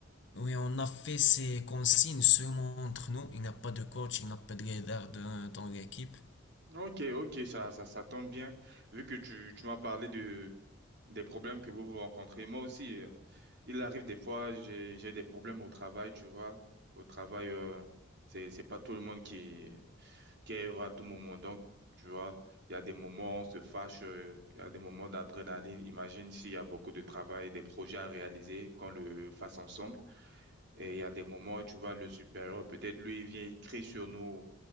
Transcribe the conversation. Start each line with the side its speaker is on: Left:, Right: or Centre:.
Left: Oui, on a fait ces consignes seulement entre nous. Il n'y a pas de coach, il n'y a pas de leader de- dans l'équipe.
Right: Ok, ok, ça, ça, ça tombe bien. Vu que tu, tu m'as parlé de, des problèmes que vous vous rencontrez, moi aussi, euh, Il arrive des fois, j'ai j'ai des problèmes au travail, tu vois. Au travail, euh, c'est c'est pas tout le monde qui qui est heureux à tout moment. Donc, tu vois, il y a des moments on se fâche, euh, il y a des moments d'adrénaline. Imagine s'il y a beaucoup de travail, des projets à réaliser, qu'on le fasse ensemble. Et il y a des moments où tu vois le supérieur, peut-être lui, il vient, il crie sur nous